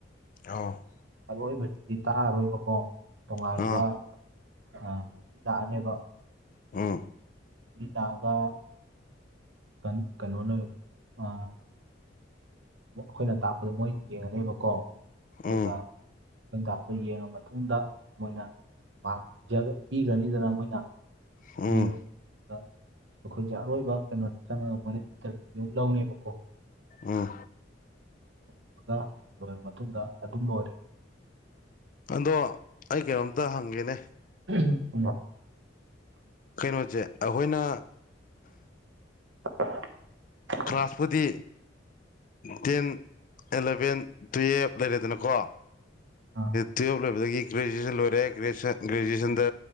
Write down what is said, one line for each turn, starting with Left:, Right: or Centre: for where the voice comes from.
Left: ꯑꯣ
Right: ꯑꯔꯣꯏꯕꯁꯤꯗꯤ ꯇꯥꯛꯑꯔꯣꯏꯕꯀꯣ ꯇꯣꯉꯥꯟꯕ
Left: ꯑꯥ
Right: ꯑ ꯇꯥꯛꯑꯅꯦꯕ
Left: ꯎꯝ
Right: ꯃꯤꯂꯥꯛꯑꯒ ꯀꯟ ꯀꯩꯅꯣꯅꯦ ꯑ ꯑꯩꯈꯣꯏꯅ ꯇꯥꯛꯄꯗ ꯃꯣꯏ ꯌꯦꯡꯉꯅꯦꯕꯀꯣ ꯑꯗꯨꯒ
Left: ꯎꯝ
Right: ꯈꯣꯏꯅꯇꯥꯛꯄ ꯌꯦꯡꯉ ꯃꯇꯨꯡꯗ ꯃꯣꯏꯅ ꯃꯥꯛ ꯄꯤꯖ ꯄꯤꯒ꯭ꯔꯅꯤꯗꯅ ꯃꯣꯏꯅ
Left: ꯎꯝ
Right: <unintelligible> ꯑꯩꯈꯣꯏꯁꯦ ꯑꯔꯣꯏꯕ ꯀꯩꯅꯣꯗ ꯆꯪꯉꯒ ꯃꯣꯏꯅ ꯏꯟꯇꯔꯚ꯭ꯌꯨ ꯑꯃ ꯂꯧꯅꯦꯕꯀꯣ
Left: ꯎꯝ
Right: <unintelligible> ꯂꯣꯏꯔꯕ ꯃꯇꯨꯡꯗ ꯑꯗꯨꯝ ꯂꯣꯏꯔꯦ
Left: ꯑꯗꯣ ꯑꯩ ꯀꯩꯅꯣꯝꯇ ꯍꯪꯒꯦꯅꯦ
Right: <unintelligible>
Left: ꯀꯩꯅꯣꯁꯦ ꯑꯩꯈꯣꯏꯅ
Right: <inaudible>
Left: ꯀ꯭ꯂꯥꯁꯄꯨꯗꯤ ꯇꯦꯟ ꯑꯦꯂꯚꯦꯟ ꯇꯨꯌꯦꯜꯞ ꯂꯩꯔꯦꯗꯅꯀꯣ
Right: ꯑꯥ
Left: ꯇꯨꯌꯦꯜꯞ ꯂꯣꯏꯕꯗꯒꯤ ꯒꯦꯖꯨꯑꯦꯁꯟ ꯂꯣꯏꯔꯦ ꯒꯦꯖꯨꯑꯦꯁꯟꯗ